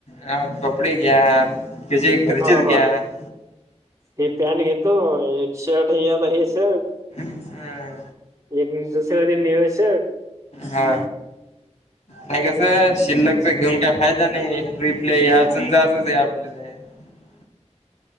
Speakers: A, on the left; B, on the right.
A: हा कपडे घ्या त्याचे घरचेच
B: बाबा
A: घ्या <inaudible>
B: हे पॅट घेतो एक शर्ट हे आता हे शर्ट
A: अ
B: एक दुसऱ्या ते निळ शर्ट
A: हा नाही कसं शिल्लक च घेऊन काय फायदा नाहीये ट्रीपला याआच आणि जाआचचं ये आप <unintelligible>